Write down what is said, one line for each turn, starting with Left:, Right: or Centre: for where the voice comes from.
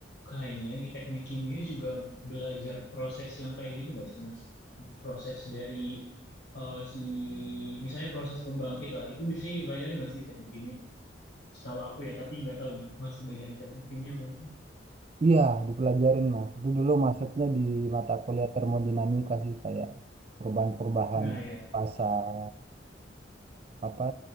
Left: kayaknya di teknik kimia juga belajar proses yang kayak gitu nggak sih Mas? Proses dari eh, si misalnya proses pembangkit lah itu biasanya dipelajari nggak sih di teknik kimia? Setahu aku ya, tapi nggak tahu nih Mas sebagian teknik kimia mungkin.
Right: Iya, dipelajarin Mas. Itu dulu masuknya di mata kuliah termodinamika sih kayak perubahan-perubahan
Left: Nah ya,
Right: pasal apa